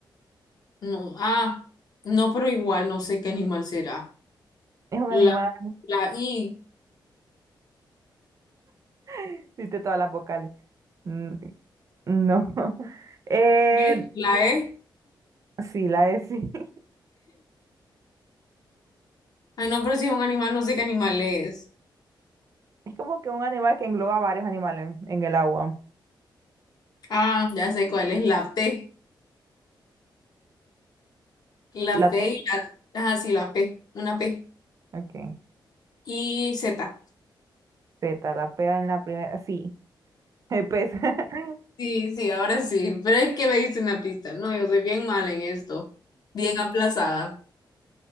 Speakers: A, on the left (about 50°); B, on the right (about 40°).
A: No. Ah, no, pero igual no sé qué animal será.
B: <laughs> es un
A: La,
B: animal.
A: la I.
B: <laughs> Diste todas las vocales. N- No. <laughs> Eh,
A: ¿Qué? La E.
B: sí, la es. sí. <laughs>
A: Ay, no, pero si es un animal, no sé qué animal es.
B: Es como que un animal que engloba varios animales en el agua.
A: Ah, ya sé cuál es, la P. La
B: La
A: P
B: T.
A: y la... Ajá, sí, la P. Una P.
B: Ok.
A: Y Z.
B: Z, la P en la primera. Sí, <laughs> el pez. <laughs>
A: Sí, sí, ahora sí. Pero es que me diste una pista. No, yo soy bien mal en esto. Bien aplazada.